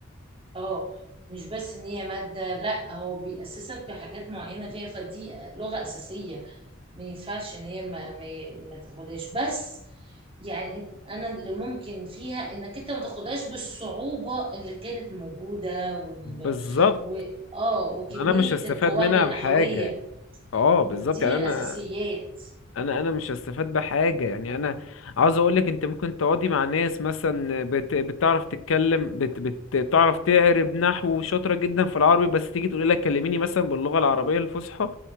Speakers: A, on the right; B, on the left.
A: اه مش بس ان هي ماده لا هو بيأسسك في حاجات معينه فيها فدي لغه اساسيه ما ينفعش ان هي ما, ما, ي- ما تاخدهاش بس يعني انا اللي ممكن فيها انك انت ما تاخدهاش بالصعوبة اللي كانت موجودة وال
B: بالظبط
A: و... اه وكمية
B: انا مش هستفاد
A: القواعد
B: منها
A: النحوية
B: بحاجه اه بالظبط
A: بتديني
B: يعني
A: الاساسيات
B: انا انا انا مش هستفاد بحاجه يعني انا عاوز اقولك انت ممكن تقعدي مع ناس مثلا بت... بتعرف تتكلم بت... بتعرف تقرب نحو شاطره جدا في العربي بس تيجي تقولي لك كلميني مثلا باللغه العربيه الفصحى